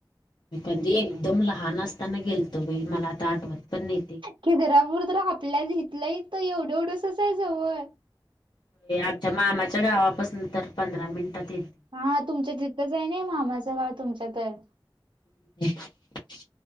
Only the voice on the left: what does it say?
मी कधी एकदम लहान असताना गेलतो बाई मला आता आठवत पण नाय ते.
म हे आमच्या मामाच्या गावापासन तर पंधरा मिनिटात येईल.
<unintelligible>